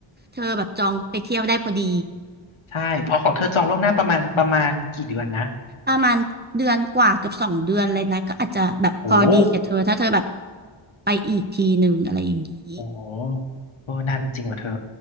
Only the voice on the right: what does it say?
เธอแบบจองไปเที่ยวได้พอดี
ประมาณเดือนกว่าเกือบสองเดือนเลยนะก็อาจจะแบบพอดีกับเธอถ้าเธอแบบ
ไปอีกทีหนึ่งอะไรอย่างนี้